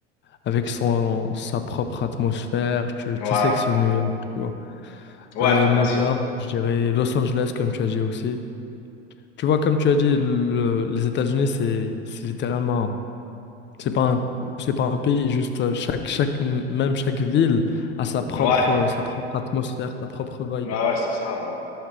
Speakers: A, on the left (about 35°); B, on the left (about 50°).
A: avec son, sa propre atmosphère. Tu,
B: Ouais,
A: tu sais que c'est New York, tu vois.
B: ouais,
A: Euh, New
B: bien sûr.
A: York, je dirais Los Angeles, comme tu as dit aussi. Tu vois, comme tu as dit, le- les États-Unis, c'est, c'est littéralement, c'est pas un, c'est pas un pays, juste euh, chaque, chaque, m- même chaque ville a sa propre,
B: Ouais,
A: sa propre atmosphère, sa propre vibe.
B: ouais, ouais, c'est ça, ouais.